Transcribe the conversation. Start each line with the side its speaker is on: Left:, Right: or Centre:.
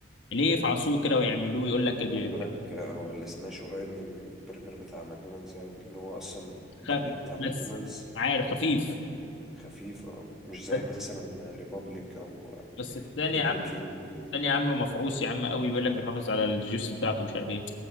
Left: ليه يفعصوه كده ويعملوه يقول لك بي-
Centre: خلي بالك
Left: بي-
Centre: آه، هو السماش قريب من البرجر بتاع ماكدونالدز أوي لأن هو أصلا البرجر
Left: خ-
Centre: بتاع ماكدونالدز
Left: بس عارف خفيف
Centre: يعني خفيف اه مش زي
Left: بس
Centre: مثلا ريبوبليك أو آه،
Left: بس التاني
Centre: برجر
Left: يا عم
Centre: كينج وكده.
Left: التاني يا عم مفعوص يا عم قوي بيقول لك بيحافظ على الجيوسز بتاعته مش عارف ايه